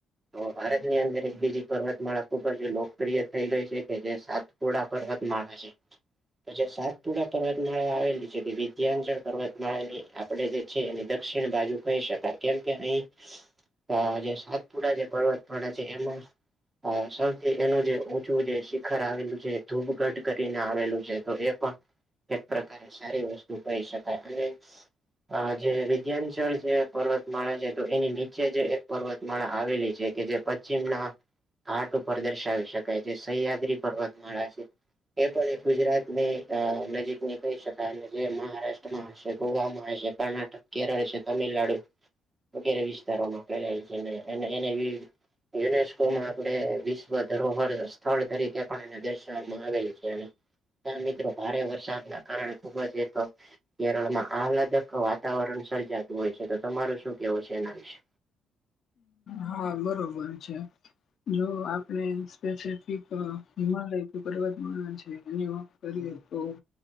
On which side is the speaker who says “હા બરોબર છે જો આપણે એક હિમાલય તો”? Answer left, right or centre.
Left